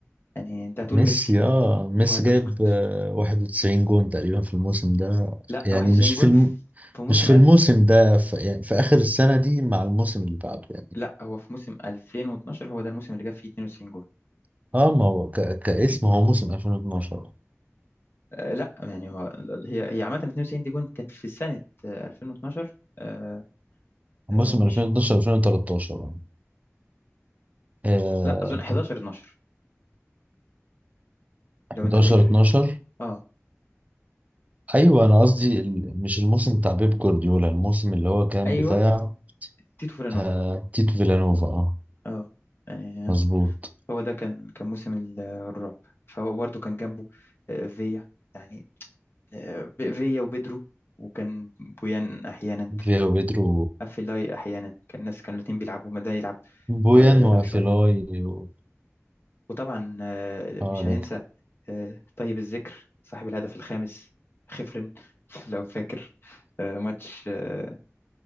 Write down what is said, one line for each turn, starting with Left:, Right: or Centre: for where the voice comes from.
Left: يعني انت هتقول
Right: ميسي
Left: ميسي
Right: اه ميسي
Left: وهتسكت
Right: جايب آه، 91 جون تقريبا في الموسم ده
Left: لا
Right: يعني
Left: 91
Right: مش
Left: جون
Right: في الم...
Left: في في موسم
Right: مش في
Left: ألف
Right: الموسم ده في... يعني في آخر السنة دي مع الموسم اللي بعده يعني
Left: لا هو في موسم 2012 هو ده الموسم اللي جاب فيه 92 جون
Right: اه ما هو ك... كاسم هو موسم 2012
Left: أه لا يعني هو هي هي عامة 92 دي جون كانت في سنة آه، 2012 أه أه
Right: موسم
Left: مش
Right: 2012 2013 آه
Left: لا اظن 11 12 لو
Right: 11
Left: انت فاكر
Right: 12
Left: اه
Right: ايوه انا قصدي ال... مش الموسم بتاع بيب جوارديولا الموسم اللي هو كان
Left: ايوه
Right: بتاع
Left: تيتو فيلانوفا
Right: آه تيتو فيلانوفا اه
Left: اه يعني
Right: مظبوط
Left: هو ده كان كان موسم ال- الرعب فهو برضه كان جنبه آه، فيا يعني آه، ب- فيا وبدرو وكان بويان احيانا
Right: فيا وبيدرو
Left: افيلاي احيانا كان الناس كانوا الاتنين بيلعبوا ما ده يلعب
Right: بويان
Left: شويه وده يلعب
Right: وافيلاي
Left: شويه
Right: و...
Left: وطبعا آه، مش
Right: اه
Left: هننسى آه، طيب الذكر صاحب الهدف الخامس خفرن <laughs> لو فاكر آه، ماتش آه،